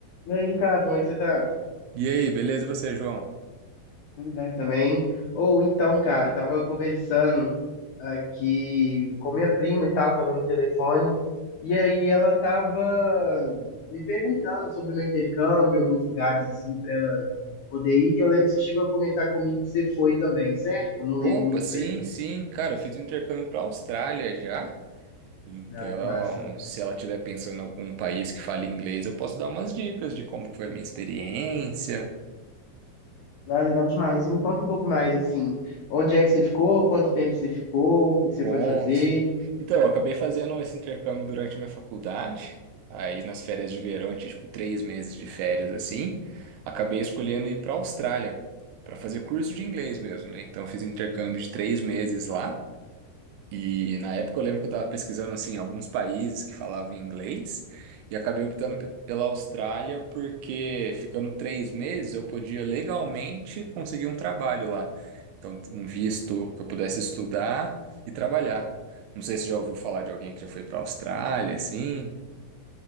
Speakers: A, on the left (about 80°); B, on the right (about 80°).
A: E aí, Ricardo, como é que você tá?
B: E aí, beleza? E você, João?
A: Tudo bem também? Ou então, cara, eu tava conversando aqui com minha prima e tal, tava no telefone, e aí ela tava me perguntando sobre o meu intercâmbio, alguns lugares assim pra ela poder ir. Eu lembro que você chegou a comentar comigo que você foi também, certo? Eu não lembro
B: Opa,
A: muito
B: sim,
A: bem.
B: sim. Cara, eu fiz um intercâmbio para Austrália já. Então,
A: Ah, que massa.
B: se ela estiver pensando em algum país que fale inglês, eu posso dar umas dicas de como que foi a minha experiência,
A: Ah, legal demais. E me conta um pouco mais, assim, onde é que você ficou, quanto tempo você ficou, o que que
B: conto.
A: você foi fazer?
B: Então, eu acabei fazendo esse intercâmbio durante minha faculdade. Aí, nas férias de verão, eu tinha tipo três meses de férias assim. Acabei escolhendo ir para Austrália para fazer curso de inglês mesmo, né? Então, eu fiz um intercâmbio de três meses lá. E na época eu lembro que eu estava pesquisando assim alguns países que falavam inglês e acabei optando pe- pela Austrália porque ficando três meses eu podia legalmente conseguir um trabalho lá. Então, um visto que eu pudesse estudar e trabalhar. Não sei se você já ouviu falar de alguém que já foi para a Austrália, assim. <laughs>